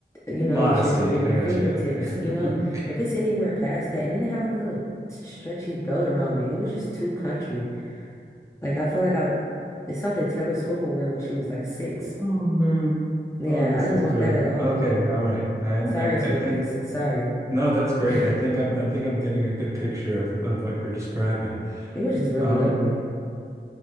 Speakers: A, on the left; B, on the right.
A: You
B: Modesty.
A: know, it should your,
B: I
A: your
B: got
A: fingertips.
B: you. Okay.
A: You know,
B: <laughs>
A: if it's anywhere past that, and then it had like a little stretchy belt around it. It was just too country. Like I feel like I it's something Taylor Swift will wear when she was like six.
B: Oh, man.
A: Yeah,
B: Oh, this
A: I didn't
B: is good.
A: want that at all.
B: Okay. All right. And
A: Sorry,
B: I,
A: Swifties.
B: I think
A: Sorry.
B: No, that's great.
A: <laughs>
B: I think I'm I think I'm getting a good picture of, of what you're describing.
A: It was just really
B: Um,
A: ugly.